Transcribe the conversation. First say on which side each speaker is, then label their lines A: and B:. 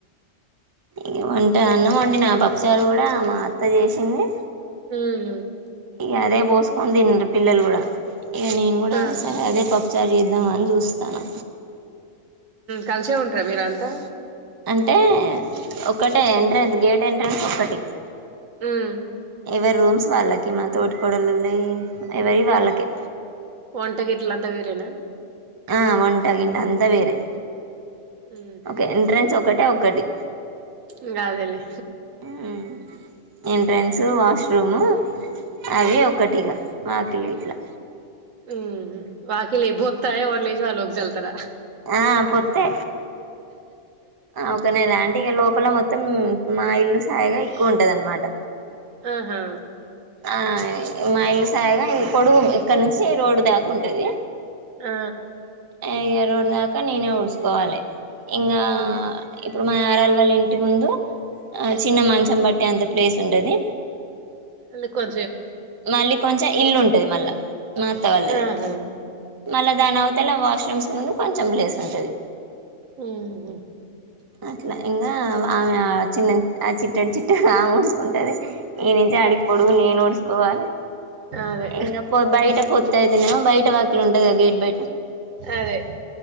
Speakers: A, on the right (about 25°); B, on the right (about 80°).
A: ఇ వంటే అన్నమండి నా పప్పుసారు కూడా మా అత్త చేసింది
B: మ్మ్
A: ఇగ అదే బోస్కోని తిన్నారు పిల్లలు కూడా ఇక నేను కూడా
B: ఆహా
A: అదే పప్పు చారు చేద్దామ అని చూస్తాను
B: కలిసే ఉంటార మీరంతా
A: అంటే ఒకటే ఎంట్రెన్స్ గేట్ ఎంట్రెన్స్ ఒకటి
B: మ్మ్
A: ఎవరి రూమ్స్ వాళ్ళకి మా తొడికోడల్లు ఎవరి వాళ్ళకే
B: వంట గీట్లాంతా వేరేనా
A: ఆ వంటగింట అంతా వేరే
B: మ్మ్
A: ఓకే ఎంట్రెన్స్ ఒకటే ఒక్కటి
B: ఇంగ అదేలే
A: ఉమ్ ఎంట్రెన్స్ వాష్రూమ్ అద ఒకటిగా వాకిలి ఇట్లా
B: ఉమ్ వాకిలీ భతాయి వర్లేజవాలోకి జల్తార
A: ఆ పొత్త్తతే అకనేలాంటి లోపల మొత్తం మొత్తం మా ఇల్లు సాయిగా ఎక్కువ ఉంటది అనమాట
B: ఆహా
A: ఆ మా ఇల్లు సాగా పొడుగు ఇక్కడ నుంచి రోడ్డు దాకా ఉంటది
B: ఆ
A: ఎ రోడ్ దాకా నేనే ఊడ్చుకోవాలి ఇంకా ఇప్పుడు మా ఎరాల వాళ్ళ ఇంటి ముందు ఆ చిన్న మంచం బట్టటి అంత ప్లేస్ ఉంటది
B: ఇల్లేకువ
A: మళ్ళీ కొంచెం ఇల్లు ఉంటది మళ్ళా మాత్త వల్ళది
B: ఆహా
A: మళ్ళా దాని అవతలా వాష్రూమ్స్ ముందు కొంచెం ప్లేస్ ఉంటంది
B: మ్మ్
A: అట్లా ఇంగా ఆమె చిన్న ఆ చిట్టడు చిట్టాడు నా ముడుసుకుంటది నేనేతే అడిగిపోడువు నేను ఊడుుకోవాలి
B: అదే
A: ఇంగా పో బయట పోతాయి నవ బయట వ ఇక్కడ ఉంటది గేట్ బయట
B: అదే